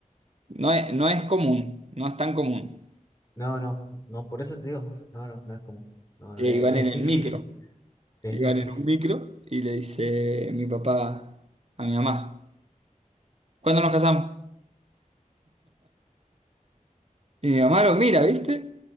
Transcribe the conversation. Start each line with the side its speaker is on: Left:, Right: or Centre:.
Right: no es, no es común, no es tan común.
Left: No, no, no, por eso te digo, no, no, no es común, no, no,
Right: Que
Left: es,
Right: iban
Left: es
Right: en el
Left: difícil,
Right: micro,
Left: es
Right: iban
Left: difícil.
Right: en un micro y le dice mi papá a mi mamá, ¿cuándo nos casamos? Y mi mamá lo mira, ¿viste?